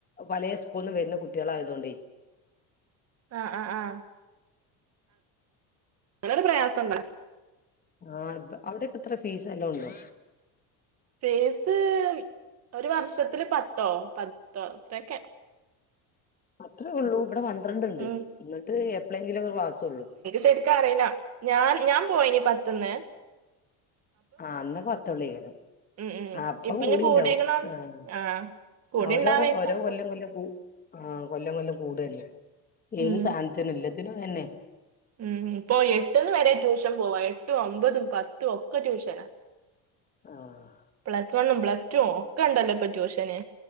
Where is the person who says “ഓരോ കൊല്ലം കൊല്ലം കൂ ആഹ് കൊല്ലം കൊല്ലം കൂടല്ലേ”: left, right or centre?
Left